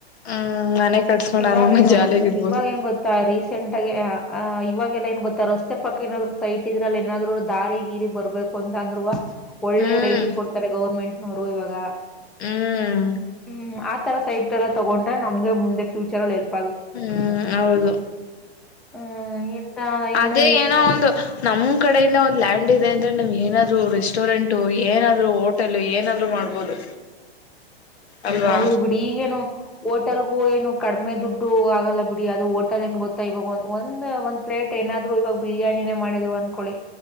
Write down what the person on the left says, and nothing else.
ಹ್ಮ್ ಮನೆ ಕಟ್ಸ್ಕೊಂಡ್
ಆರಾಮಾಗಿ
ಜಾಲಿಯಾಗಿ ಇರ್ಬೋದು
ಹ್ಮ್
ಹ್ಮ್
ಹ್ಮ ಹೌದು
ಅದೇ ಏನೋ
ಒಂದು ನಮ್ ಕಡೆಯಿಂದ ಒಂದು ಲ್ಯಾಂಡ್ ಇದೆ ಅಂದ್ರೆ ನಿಮ್ ಏನಾದ್ರು ರೆಸ್ಟೋರೆಂಟ್ ಏನಾದ್ರು ಹೋಟೆಲ್ ಏನಾದ್ರು ಮಾಡ್ಬೋದು
ಅಲ್ವಾ